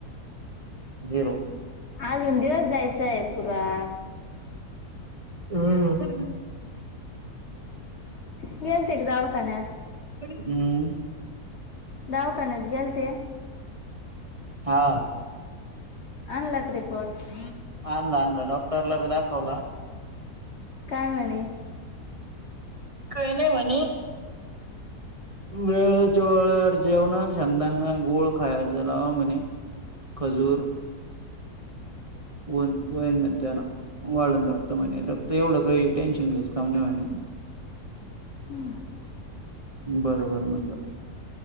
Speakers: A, on the right (about 25°); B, on the left (about 45°).
A: झिरो
B: आजून दिवस जायच सयपुरा
A: हम्म
B: गलते एक जावकाानत
A: हम्म
B: दावकानात गेल ते
A: हा
B: अनलक रिपोर्ट
A: आणला आणलं डॉक्टरला बी दाखवला
B: काय म्हणे
A: काय नाही म्हणे वेळेच्या वेळेवर जेवणं, शेंगदाणे गुळ खायच लावा म्हणे. खजूर, उन वयण म्हणे ते. वाढण रक्त म्हणे, रक्त एवढं काही टेन्शन घ्यायचं काम नाही म्हणे.
B: <inaudible>
A: बरोबर म्हणलं.